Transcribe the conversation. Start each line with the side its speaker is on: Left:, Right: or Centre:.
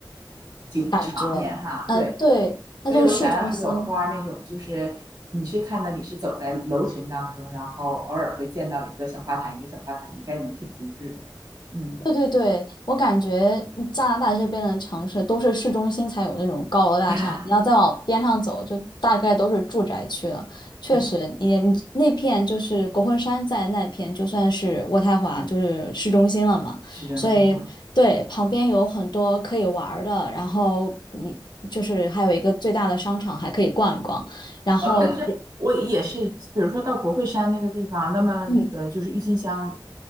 Right: 景场面哈，
Left: 感觉，呃，
Right: 对。
Left: 对，它就是市中心。
Right: 所以我想要是有花儿那种，就是你是看到你是走在楼群当中，然后偶尔会见到一个小花坛，一个小花坛，应该能挺精致的。嗯，
Left: 对对对，我感觉加拿大这边的城市都是市中心才有那种高楼大厦，
Right: <laughs>
Left: 你要再往边上走，就大概都是住宅区了。确实，
Right: 对，
Left: 你你那片就是国会山在那片，就算是渥太华就是市中心了嘛，
Right: 市中心哈。
Left: 所以对，旁边有很多可以玩儿的，然后你就是还有一个最大的商场还可以逛一逛，然后也。
Right: 哦，但是我也是，比如说到国会山那个地方，那么那个就是郁金香
Left: 嗯。